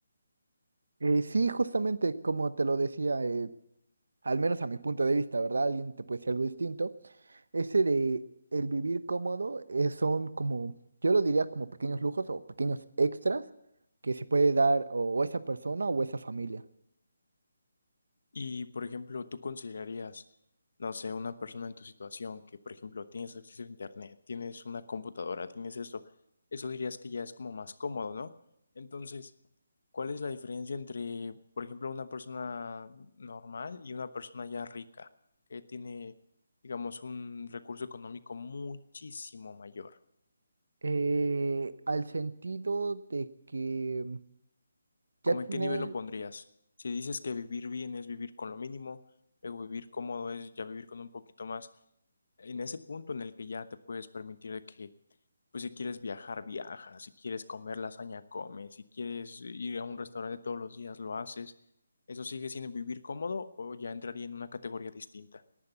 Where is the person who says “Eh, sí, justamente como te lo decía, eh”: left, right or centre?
Right